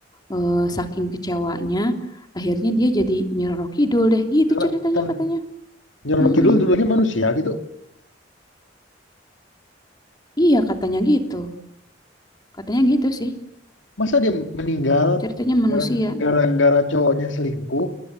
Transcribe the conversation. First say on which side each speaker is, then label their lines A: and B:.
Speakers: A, on the left; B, on the left.
A: eh, saking kecewanya, akhirnya dia jadi Nyi Roro Kidul deh, gitu
B: Karena
A: ceritanya
B: ter-
A: katanya.
B: Nyeroro
A: Mm-mm.
B: Kidul dulunya manusia gitu.
A: Iya katanya gitu, katanya gitu sih
B: Masa dia meninggal
A: ceritanya manusia.
B: gara- gara-gara cowoknya selingkuh?